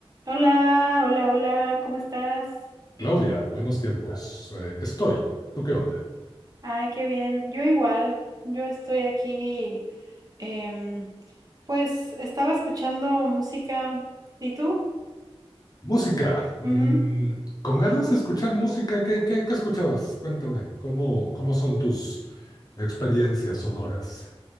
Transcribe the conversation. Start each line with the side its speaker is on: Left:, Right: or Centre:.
Right: Hola, hola, hola, ¿cómo estás?
Left: Claudia, buenos tiempos. Eh, estoy. ¿Tú qué onda?
Right: Ay, qué bien. Yo igual, yo estoy aquí, em, pues estaba escuchando música. ¿Y tú?
Left: Música. Mm,
Right: Ujú.
Left: con ganas de escuchar música, ¿qué, qué- qué escuchabas? Cuéntame, ¿cómo, cómo son tus experiencias sonoras?